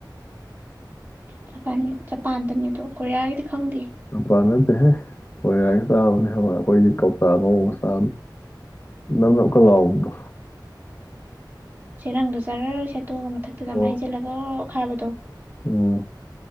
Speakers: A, on the right; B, on the left.
A: ꯠꯇꯣꯅꯤꯖ ꯖꯄꯥꯟꯗꯅꯤꯗꯣ ꯀꯣꯔꯤꯌꯥꯒꯤꯗꯤ ꯈꯪꯗꯦ
B: ꯅꯨꯄꯥ ꯅꯠꯇꯦꯍꯦ ꯍꯣꯏꯔꯥꯒ ꯆꯥꯕꯅꯦ ꯍꯥꯏꯕ ꯑꯩꯈꯣꯏꯗꯤ ꯀꯧꯇꯥ ꯉ ꯃꯆꯥ ꯅꯅ ꯑꯣꯀ ꯂꯥꯎꯑꯣꯗ
A: ꯁꯦꯔꯪꯗ ꯖꯥꯔ ꯁꯦꯠꯇꯣꯛꯑꯒ ꯃꯊꯛꯇꯗ
B: ꯑꯣ
A: ꯑꯃ ꯍꯩꯖꯤꯜꯂꯒ ꯑꯣꯈꯥꯕꯗꯣ
B: ꯎꯝ